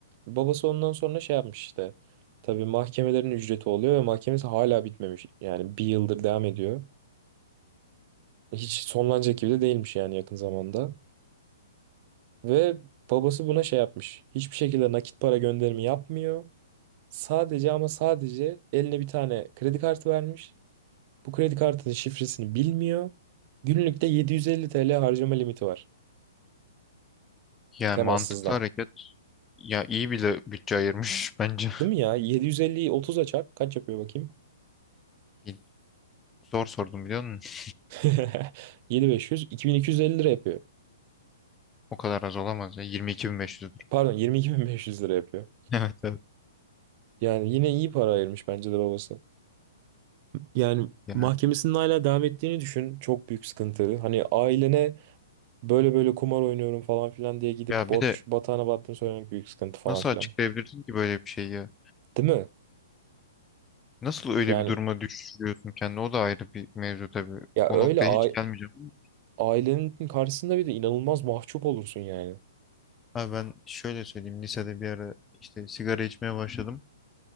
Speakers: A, on the right; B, on the left.
A: babası ondan sonra şey yapmış işte. Tabii mahkemelerin ücreti oluyor ve mahkemesi hala bitmemiş. Yani bir yıldır devam ediyor. Hiç sonlanacak gibi de değilmiş yani yakın zamanda. Ve babası buna şey yapmış. Hiçbir şekilde nakit para gönderimi yapmıyor. Sadece ama sadece eline bir tane kredi kartı vermiş. Bu kredi kartının şifresini bilmiyor. Günlükte 750 TL harcama limiti var.
B: Yani
A: Temassızdan.
B: mantıklı hareket. Ya iyi bile bütçe ayırmış <laughs> bence.
A: Değil mi ya? 750'yi 30'a çarp. Kaç yapıyor bakayım?
B: İyi. Zor sordum biliyor musun?
A: <laughs> 7500. 2250 lira yapıyor.
B: O kadar az olamaz ya. 22.500 lira.
A: Pardon
B: <laughs>
A: 22.500 lira yapıyor.
B: Evet evet.
A: Yani yine iyi para ayırmış bence de babası. Yani
B: Yani
A: mahkemesinin hala devam ettiğini düşün. Çok büyük sıkıntı. Hani ailene böyle böyle kumar oynuyorum falan filan diye gidip
B: ya
A: borç
B: bir de
A: batağına battığını söylemek büyük sıkıntı falan
B: nasıl
A: filan.
B: açıklayabilirsin ki böyle bir şeyi ya?
A: Değil mi?
B: Nasıl öyle
A: Yani
B: bir duruma düşürüyorsun kendini? O da ayrı bir mevzu tabii.
A: ya
B: O
A: öyle
B: noktaya
A: a-
B: hiç gelmeyeceğim.
A: ailenin karşısında bir de inanılmaz mahcup olursun yani.
B: Abi ben şöyle söyleyeyim. Lisede bir ara işte sigara içmeye başladım.